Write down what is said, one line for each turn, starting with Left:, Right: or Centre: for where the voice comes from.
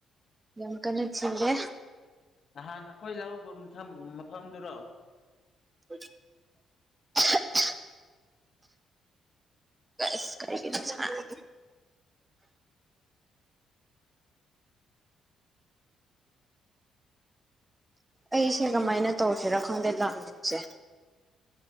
Right: ꯌꯥꯝ ꯀꯟꯅ ꯆꯤꯟꯗꯦ
Left: ꯅꯍꯥꯟ ꯑꯩꯈꯣꯏ ꯂꯧꯎꯕ ꯃꯐꯝ ꯃꯐꯝꯗꯨꯔꯣ
Right: <inaudible> ꯑꯁ ꯀꯥꯏꯒꯤꯅꯣ ꯁꯥꯏ ꯑꯩꯁꯦ ꯀꯃꯥꯏꯅ ꯇꯧꯁꯤꯔ ꯈꯪꯗꯦ ꯂꯪꯁꯦ